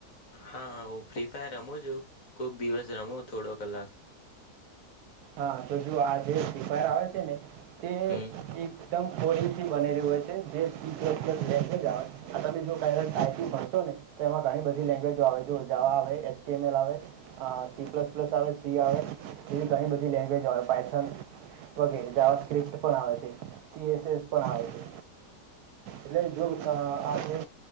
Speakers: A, on the left (about 60°); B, on the right (about 80°).
A: હા, હ હું ફ્રી ફાયર રમું છું, કોઈક દિવસ રમું થોડો કલાક.
B: હા, તો જુઓ, આ જે ફ્રી ફાયર આવે છે ને તે
A: હમ
B: એકદમ કોડિંગથી બનેલું હોય છે. જે, જે મેસેજ આવે છે, આ તમે જુઓ <unintelligible> ટાઈપિંગ કરશો ને, તો એમાં ઘણી બધી લેંગ્વેજો આવે, જો જાવા આવે, એચ ટી એમ એલ આવે. હા ટી પ્લસ પ્લસ આવે સી આવે, સી ઘણી બધી લેંગ્વેજો આવે, પાયથન વગેરે. જાવા સ્ક્રીપ્ટ પણ આવે છે. ઈ એસ એસ પણ આવે છે. એટલે જોવ, અ આ જે